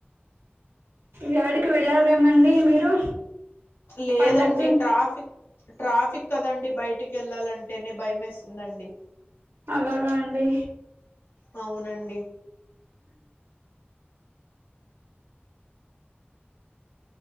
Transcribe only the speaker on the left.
లేదండి
ట్రాఫిక్ ట్రాఫిక్ కదండి బాయ్ టికి వెళ్ళాలంటేనే భయం వేస్తుందండి.
అవునండి.